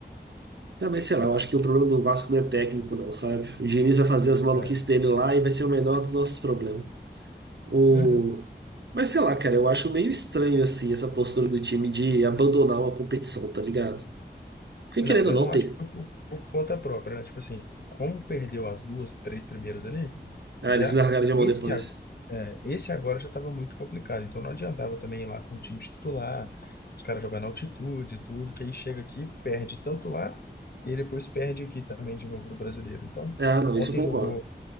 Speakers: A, on the right; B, on the left.
A: Ah, mas sei lá, eu acho que o problema do Vasco não é técnico, não, sabe? O Diniz vai fazer as maluquices
B: É.
A: dele lá e vai ser o menor dos nossos problemas. O...
B: Uhum.
A: Mas sei lá, cara, eu acho meio estranho, assim, essa postura do time de abandonar uma competição, tá ligado? Porque
B: Não,
A: querendo
B: eu
A: ou não
B: não
A: ter.
B: acho que foi por, por conta própria, né? Tipo assim, como perdeu as duas, três primeiras ali,
A: Ah,
B: já
A: eles largaram de mão
B: esse,
A: depois.
B: ag- é, esse agora já estava muito complicado. Então não adiantava também ir lá com o time titular, os caras jogar na altitude, e tudo, que aí chega aqui, perde tanto lá, e aí depois perde aqui também de novo no brasileiro. Então,
A: Ah, não,
B: ontem
A: isso eu concordo.
B: jogou,